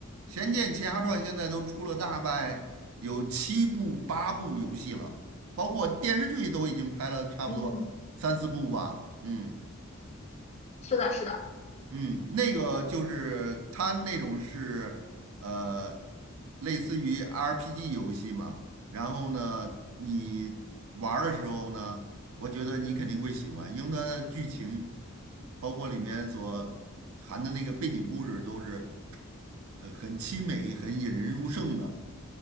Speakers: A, on the right; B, on the left.
A: 《仙剑奇侠传》现在都出了大概有七部八部游戏了，包括电视剧都已经拍了差不多三四部吧。
B: 嗯，
A: 嗯
B: 是的，是的，
A: 嗯，那个就是它那种是呃类似于 RPG 游戏嘛，然后呢你玩儿的时候呢，我觉得你肯定会喜欢，因为它剧情包括里面所含的那个背景故事都是。很很凄美、很引人入胜的。